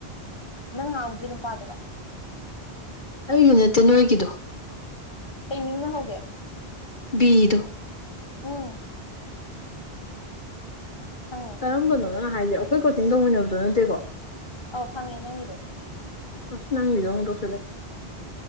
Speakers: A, on the left; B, on the left.
A: ꯅꯪ ꯉꯥꯎꯒꯤ ꯅꯨꯄꯥꯗꯨꯔ
B: ꯑꯩ ꯌꯨꯅꯦꯠꯇꯦ ꯅꯣꯏꯒꯤꯗꯣ
A: ꯑꯩꯩꯃꯤꯅ ꯍꯧꯒꯦ
B: ꯕꯤꯗꯣ
A: ꯎꯝ ꯈꯪꯉꯦ
B: ꯀꯔꯝꯕꯅꯣꯅꯪ ꯍꯥꯏꯁꯦ ꯑꯩꯈꯣꯏ ꯀꯣꯆꯤꯡ ꯇꯧꯃꯤꯟꯅꯕꯗꯨꯣ ꯅꯠꯇꯦꯀꯣ
A: ꯑꯥꯎ ꯐꯪꯉꯦ ꯅꯪꯉꯗꯦ
B: ꯑ ꯅꯪꯕꯤ ꯑ ꯇꯦꯁꯤꯜꯂꯛꯑꯥ